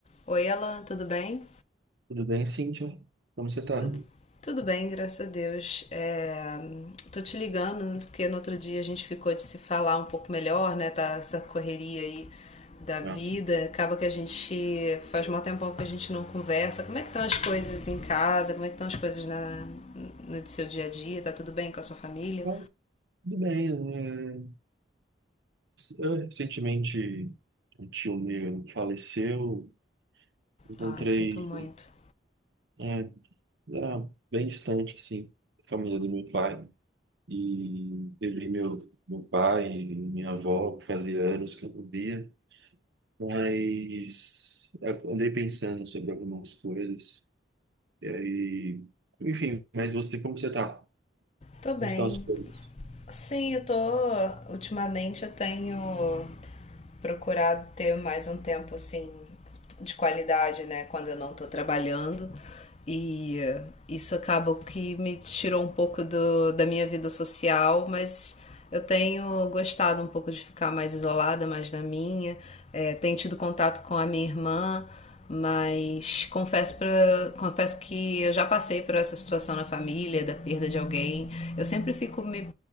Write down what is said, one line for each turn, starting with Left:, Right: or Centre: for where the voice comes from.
Left: Oi, Ela, tudo bem?
Right: Tudo bem, Cíntia? Como você está?
Left: Tudo, tudo bem, graças a Deus. É, tô te ligando né, porque no outro dia a gente ficou de se falar um pouco melhor, né? Tá essa correria aí da vida.
Right: Ah, sim.
Left: Acaba que a gente faz mal tempão que a gente não conversa. Como é que estão as coisas em casa? Como é que estão as coisas na, no seu dia a dia? Tá tudo bem com a sua família?
Right: Ah, tudo bem. né? é, eu, recentemente, um tio meu faleceu. Encontrei,
Left: Ah, sinto muito.
Right: é, era bem distante, assim, a família do meu pai. E eu vi meu, meu pai e minha avó, que fazia anos que eu não via. Mas eu andei pensando sobre algumas coisas. E aí, enfim, mas você, como você está
Left: Tô bem.
Right: Como estão as coisas?
Left: Sim, eu tô. Ultimamente eu tenho procurado ter mais um tempo assim de qualidade, né? Quando eu não tô trabalhando. E eh, isso acaba que me tirou um pouco do, da minha vida social, mas eu tenho gostado um pouco de ficar mais isolada, mais na minha. É, tenho tido contato com a minha irmã, mas confesso, pra, confesso que eu já passei por essa situação na família, da perda de alguém. Eu sempre fico me